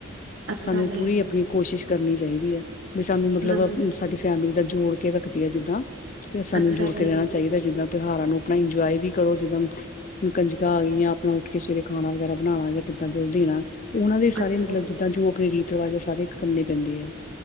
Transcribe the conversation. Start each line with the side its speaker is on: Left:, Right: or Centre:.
Right: ਅੱਛਾ
Left: ਸਾਨੂੰ
Right: ਜੀ
Left: ਪੂਰੀ ਆਪਣੀ ਕੋਸ਼ਿਸ਼ ਕਰਨੀ ਚਾਹੀਦੀ ਹੈ, ਬ ਸਾਨੂੰ ਮਤਲਬ
Right: ਹਾਂ
Left: ਸਾਡੀ ਫੈਮਿਲੀ ਦਾ ਜੋੜ ਕੇ ਰੱਖਦੀ ਹੈ ਜਿੱਦਾਂ, ਤੇ ਸਾਨੂੰ
Right: ਅੱਛਾ
Left: ਜੋੜ
Right: ਜੀ
Left: ਕੇ ਰਹਿਣਾ ਚਾਹੀਦਾ ਜਿੱਦਾਂ ਤਿਉਹਾਰਾਂ ਨੂੰ ਆਪਣਾ ਇੰਜੋਏ ਵੀ ਕਰੋ, ਜਿੱਦਾਂ ਹੁਣ ਕੰਜਕਾਂ ਆ ਗਈ, ਆਪਣਾ ਉੱਠ ਕੇ ਸਵੇਰੇ ਖਾਣਾ ਵਗੈਰਾ ਬਣਾਉਣਾ, ਜਾਂ ਕਿੱਦਾਂ ਜ ਦੇਣਾ ਉਹਨਾਂ ਦੇ
Right: ਅੱਛਾ
Left: ਸਾਰੇ ਮਤਲਬ
Right: ਜੀ
Left: ਜਿੱਦਾਂ ਜੋ ਆਪਣੇ ਰੀਤ ਰਿਵਾਜ ਆ, ਸਾਰੇ ਕਰਨੇ ਪੈਂਦੇ ਆ।